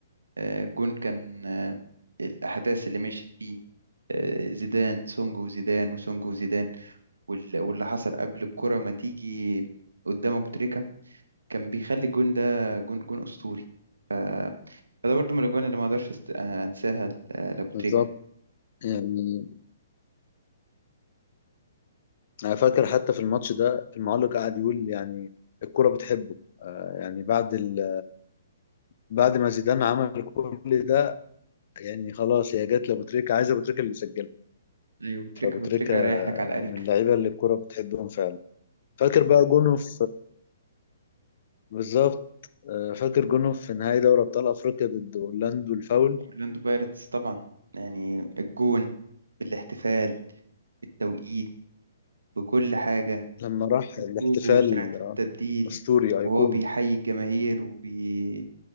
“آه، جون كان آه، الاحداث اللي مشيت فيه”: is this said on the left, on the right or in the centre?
Right